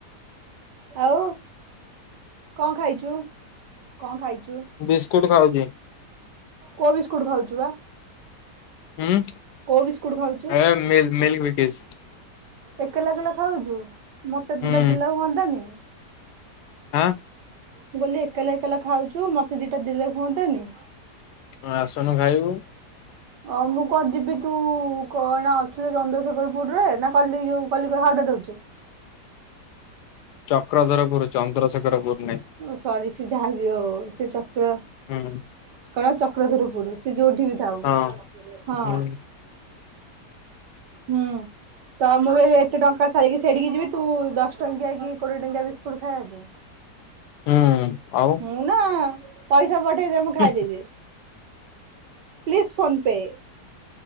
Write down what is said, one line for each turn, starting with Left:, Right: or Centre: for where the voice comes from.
Right: ଆଉ କଣ ଖାଇଛୁ କଣ ଖାଇଛୁ?
Left: ବିସ୍କୁଟ ଖାଉଛି।
Right: କଉ ବିସ୍କୁଟ୍ ଖାଉଛୁ ବା?
Left: ହୁଁ
Right: କୋଉ ବିସ୍କୁଟ ଖାଉଛୁ?
Left: ଏ ମି ମି ମିଲ୍କ ବିକେସ୍।
Right: ଏକଲା ଏକଲା ଖାଉଛୁ ମତେ
Left: ହୁଁ
Right: ଦିଟା ଦେଲେ ହୁଅନ୍ତାନି।
Left: ଆଁ।
Right: ମୁ କହିଲି ଏକାଲା ଏକାଲା ଖାଉଛୁ ମତେ ଦିଟା ଦେଲେ ହୁଅନ୍ତାନି।
Left: ହଁ ଆସନୁ ଖାଇବୁ।
Right: ଅ ମୁଁ କଣ ଯିବି ତୁ କ ନା ଅଛୁ ଯେ ଚନ୍ଦ୍ରଶେଖରପୁର ରେ ନା କ କଲିକତା ହାଉଡାରେ ଅଛୁ।
Left: ଚକ୍ରଧରପୁର ଚନ୍ଦ୍ରଶେଖର ପୁର ନାଇଁ।
Right: ସରି ସିଏ ଯାହା ବି ହଉ ସେ ଚକ୍ର
Left: ହୁଁ
Right: କଣ ଚକ୍ରଧରପୁର ସେ ଯୋଉଠି ବି ଥାଉ
Left: ହଁ
Right: ହଁ।
Left: ହୁଁ
Right: ହୁଁ ତ ମୁଁ ବି ଏତେ ଟଙ୍କା ସାରିକି ସେଇଟିକି ଯିବି। ତୁ ଦଶ ଟଙ୍କିଆ କି କୋଡିଏ ଟଙ୍କିଆ ବିସ୍କୁଟ ଖାଇବା ପାଇ।
Left: ହୁଁ ଆଉ
Right: ମୁଁ ନା ପଇସା ପଠେଇ ଦେ ମୁଁ
Left: ହୁଁ
Right: ଖାଇଦେବି। Please PhonePe.